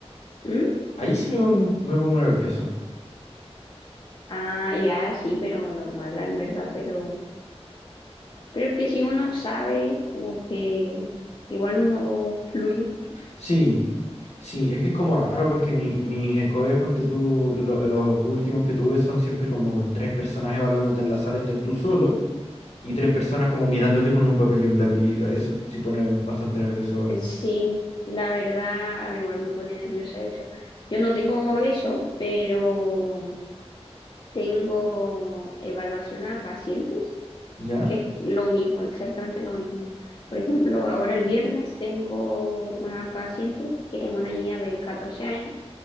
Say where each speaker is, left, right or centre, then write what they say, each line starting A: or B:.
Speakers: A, on the left (about 45°); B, on the left (about 80°).
A: ¿Mm?
B: Ahí sí me pongo, me pongo nervioso.
A: Ah, ya, sí, pero normal, en verdad, pero, pero es que si uno sabe, como que igual uno fluye.
B: Sí, sí, es que es como raro porque mi, mis ECOES, ponte tú, lo- los últimos que tuve son siempre como con tres personas evaluándote en la sala, estás tú solo. Y tres personas como mirándote con un papel y un lápiz. Eso sí pone bastante nervioso, weón.
A: Eh, Sí, la verdad, a mí igual me pone nerviosa eso. Yo no tengo eso, pero tengo evaluación a pacientes,
B: ¿Ya?
A: que es lo mismo, exactamente lo mismo. Por ejemplo, ahora el viernes tengo una paciente que es una niña de 14 años